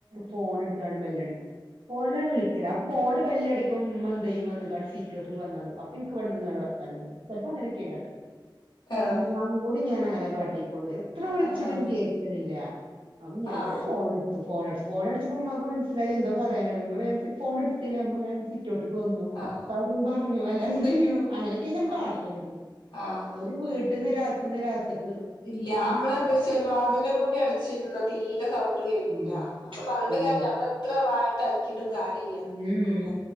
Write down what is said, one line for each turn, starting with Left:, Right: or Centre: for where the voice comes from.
Right: ഫോൺ എടുത്താണ് ബെല്ലടിക്കും ഫോണില വിളിക്കല അപ്പൊ ഫോൺ ബെല്ലടിക്കും മ്മന്തെയും വന്ന്കാണ്ട് സിറ്റൗട്ടിൽ വന്നാണും അപ്പൊൻക്ക് ഇവിടെന്ന് കാണ്ട് വർത്താനം പറയാ ചിലപ്പോ അങ്ങനെ <unintelligible>
Left: ആഹ്
Right: ഉം അതുംകൂടി ഞാൻ അങ്ങനെ <inaudible> എത്ര വിളിച്ചിട്ടും
Left: ആഹ്
Right: കേക്കണില്ല അ ഞാനാ
Left: ആഹ് ആഹ്
Right: ഫോൺ എടുത്തു ഫോൺ ഫോൺ അടിച്ചപ്പ മ്മാക്ക് മനസിലായി എന്തോ പറയാനാണ് മ്മ വേ ഫോണെടുത്തില്ല മ്മ സിറ്റൗട്ട്ക്ക് വന്നു
Left: ആഹ്
Right: <unintelligible> <unintelligible> അങ്ങനെയൊക്കെ ഇങ്ങനെ
Left: ആഹ്
Right: കാട്ടലാ പ്പോ
Left: ആഹ്
Right: അവര് വീട്ട്ന്ന് <unintelligible>
Left: ഇല്ല നമ്മൾ എന്താന്ന് വെച്ചാല് വാതലും കൂടി അടച്ചിരുന്ന തീരെ സൗണ്ട് കേക്കൂല
Right: ഉം
Left: നമ്മൾ പറഞ്ഞിട്ട്
Right: ഇല്ലേ
Left: കാര്യമില്ല നമ്മൾ എത്ര വായിട്ട് കിട്ടും കാര്യല്ല
Right: ഉം
Left: കേക്കൂല